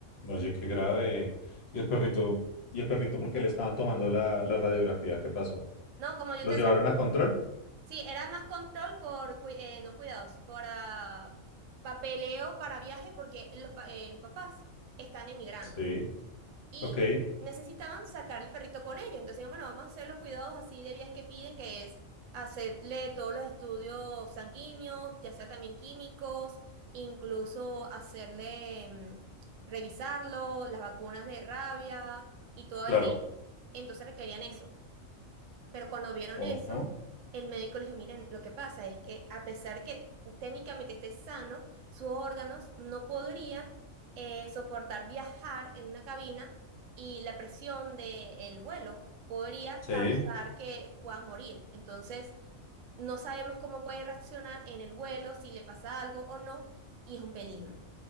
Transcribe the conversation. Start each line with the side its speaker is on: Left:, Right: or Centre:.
Left: Oye, qué grave. ¿Y el perrito? ¿Y el perrito por qué le estaban tomando la, la radiografía? ¿Qué pasó?
Right: No, como yo
Left: ¿Los
Right: te decía,
Left: llevaron a control?
Right: sí, era más control por, cui- eh, no cuidados, por ah, papeleo para viaje, porque los, pa- eh, los papás están emigrando
Left: Sí.
Right: y
Left: Ok,
Right: necesitaban sacar el perrito con ellos. Entonces, bueno, vamos a hacer los cuidados así de viajes que piden, que es hacerle todos los estudios sanguíneos, ya sea también químicos, incluso hacerle, mm, revisarlo, las vacunas de rabia y todo
Left: claro.
Right: el día. Entonces requerían eso. Pero cuando vieron
Left: Ojo.
Right: eso, el médico les dijo, miren, lo que pasa es que a pesar que técnicamente esté sano, sus órganos no podrían eh, soportar viajar en una cabina y la presión del vuelo podría
Left: Sí.
Right: causar que pueda morir. Entonces, no sabemos cómo puede reaccionar en el vuelo, si le pasa algo o no, y es un peligro.